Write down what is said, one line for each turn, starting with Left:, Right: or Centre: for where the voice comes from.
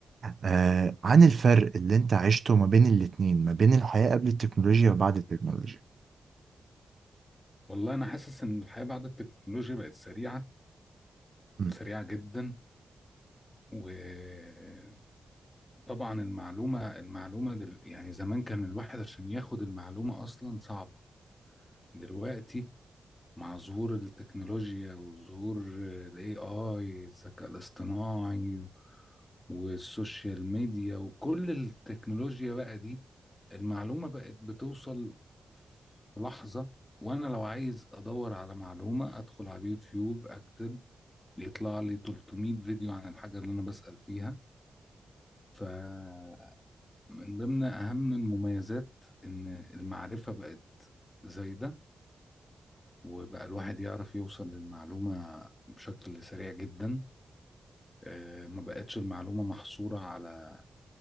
Right: آه عن الفرق اللي انت عشته ما بين الاتنين ما بين الحياة قبل التكنولوجيا وبعد التكنولوجيا
Left: والله انا حاسس ان الحياه بعد التكنولوجيا بقت سريعه
Right: امم
Left: سريعه جدا وطبعا المعلومه المعلومه دل... يعني زمان كان الواحد عشان ياخد المعلومه اصلا صعبه دلوقتي مع ظهور التكنولوجيا وظهور الاي اي الذكاء الاصطناعي والسوشيال ميديا وكل التكنولوجيا بقى دي المعلومة بقت بتوصل في لحظة وأنا لو عايز أدور على معلومة أدخل على اليوتيوب أكتب يطلع لي 300 فيديو عن الحاجة اللي أنا بسأل فيها فمن ضمن أهم المميزات إن المعرفة بقت زايدة وبقى الواحد يعرف يوصل للمعلومة بشكل سريع جدا آه، ما بقتش المعلومة محصورة على